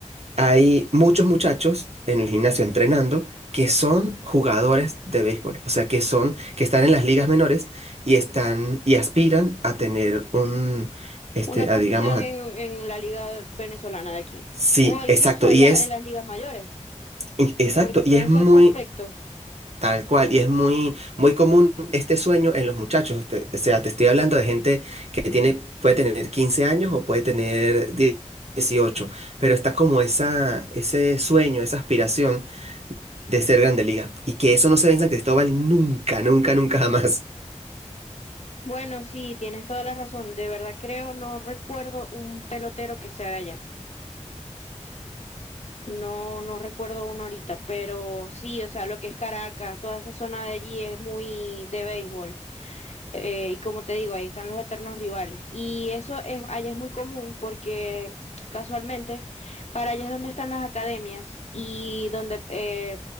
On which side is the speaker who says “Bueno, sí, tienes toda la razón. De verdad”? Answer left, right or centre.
Left